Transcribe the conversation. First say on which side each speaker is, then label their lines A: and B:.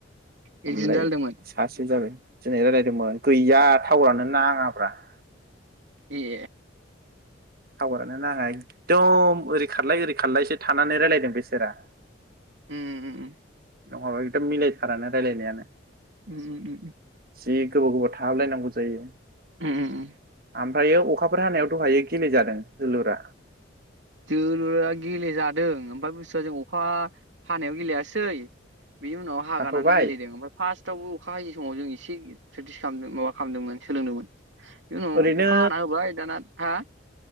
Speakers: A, on the right (about 70°); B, on the right (about 50°).
A: बिदिनो
B: ओमफ्राय
A: रायलायदोंमोन
B: सासे जाबाय दिनै रायलायदोंमोन गैया टावारानो नाङाब्रा ।
A: ए
B: टावारानो नाङा एकदम ओरै खारलाय ओरै खारलायसो थानानै रायलायदों बेसोरा।
A: उम उम उम उम
B: नङाबा एदम मिलायथारानो रायलायनायानो
A: उम उम उम उम
B: जि गोबाव गोबाव थाहाब लायनांगौ जायो ।
A: ओम ओम ओम
B: ओमफ्रायो अखाफोर हानायाव दहायो गेले जादों जोलुरा?
A: जोलुरा गेलेजादों ओमफ्राय बुस्थुआ जों अखा हानायाव गेलेयासै बिनि उनाव हागानानै
B: थाथ'बाय
A: गेलेदों ओमफ्राय फार्स्टआवबो अखा हायै समाव जों एसे प्रेक्टिस खालामदों माबा खालामदोंमोन सोलोंदोंमोन बिनिउनाव
B: ओरैनो
A: अखा हाना होबाय दाना हा